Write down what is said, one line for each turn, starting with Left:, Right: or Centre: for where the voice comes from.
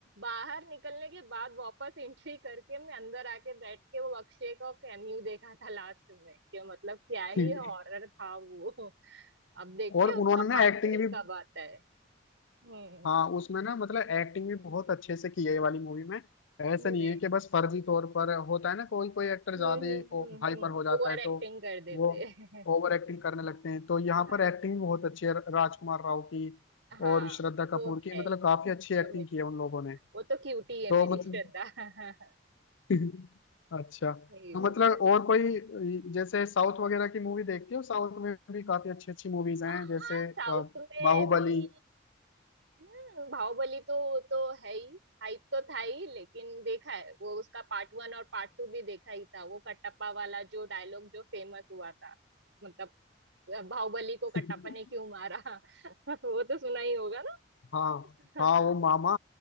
Right: बाहर निकलने के बाद वापस एंट्री करके मैं अंदर आके बैठ के वो अक्षय का कैमियो देखा था लास्ट में कि मतलब क्या ही
Left: <laughs>
Right: हॉरर था वो अब देखते
Left: और
Right: हैं उसका
Left: उन्होंने ना
Right: पार्ट
Left: एक्टिंग
Right: थ्री
Left: भी
Right: कब आता है हम्म
Left: हाँ उसमें ना मतलब एक्टिंग भी बहुत अच्छे से की है ये वाली मूवी में ऐसा
Right: हम्म
Left: नहीं
Right: नहीं
Left: है कि बस फर्जी तौर पर होता है ना कोई कोई एक्टर
Right: हम्म
Left: ज्यादा
Right: हम्म
Left: ही हाइपर
Right: हम्म
Left: हो जाता
Right: ओवर
Left: है
Right: एक्टिंग
Left: तो
Right: कर देते
Left: वो
Right: हैं।
Left: ओवर एक्टिंग करने लगते हैं तो यहाँ
Right: <laughs> हाँ
Left: पर एक्टिंग भी बहुत अच्छी है राजकुमार राव की
Right: हाँ
Left: और श्रद्धा
Right: तो
Left: कपूर की
Right: है
Left: मतलब
Right: ही।
Left: काफी अच्छी एक्टिंग
Right: तो मेरी
Left: की है उन लोगों ने
Right: वो तो क्यूटी
Left: तो
Right: है मेरी
Left: मतलब
Right: श्रद्धा <laughs>
Left: <laughs> अच्छा
Right: यही
Left: तो
Right: वो
Left: मतलब
Right: तो है
Left: और कोई जैसे साउथ वगैरह की मूवी देखती हो साउथ में भी काफी अच्छी अच्छी मूवीज हैं
Right: आह,
Left: जैसे अ,
Right: साउथ में
Left: बाहुबली
Right: भी हम्म बाहुबली तो तो है ही हाइप तो था ही लेकिन देखा है वो उसका पार्ट वन और पार्ट टू भी देखा ही था वो कटप्पा वाला जो डायलॉग जो फेमस हुआ था मतलब बाहुबली को कट्टापा
Left: <laughs>
Right: ने क्यों मारा <laughs> वो तो सुना ही होगा
Left: हाँ
Right: ना
Left: हाँ वो
Right: <laughs>
Left: मामा